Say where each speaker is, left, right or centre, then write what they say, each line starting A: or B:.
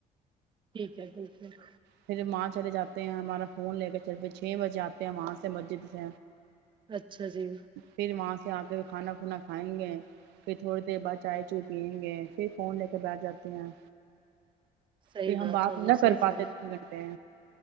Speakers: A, on the right (about 30°); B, on the right (about 85°).
A: ٹھیک ہے بالک
B: پھر وہاں چلے جاتے ہیں ہمارا فون لے کر چل چھ بجے آتے ہیں وہاں سے مسجد سے
A: اچھا جی
B: پھر مس آ کے کھانا کھا کھائیں گے پھر تھوڑی دیر بعد چائے چوائے پیئیں گے پھر فون لے کے بیٹھ جاتے ہیں
A: صحیح
B: پ ہم بات
A: ہے جی
B: نہ کر
A: صحیح
B: پاتے
A: فرمایا
B: تین گھنٹے